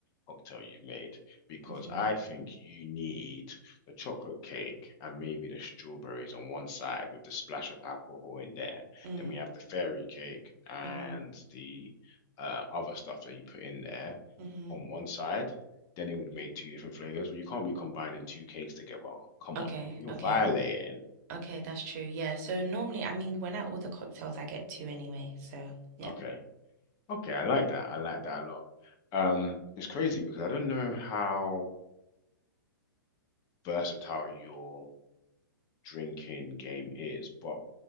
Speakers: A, on the left; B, on the right.
A: cocktail you've made? Because
B: Mhm.
A: I think you need the chocolate cake and maybe the strawberries on one side with the splash of alcohol in there.
B: Mm,
A: Then we have the fairy cake and
B: mm-hmm,
A: the uh, other stuff that you put in there
B: mm-hmm.
A: on one side. Then it would make two different flavors. But you can't be combining two cakes together. Come
B: Okay,
A: on, you're
B: okay,
A: violating.
B: okay, that's true. Yeah. So normally, I mean, when I order cocktails, I get two anyway. So yeah.
A: Okay. Okay, I like that. I like that a lot. Um, it's crazy because I don't know how versatile your drinking game is, but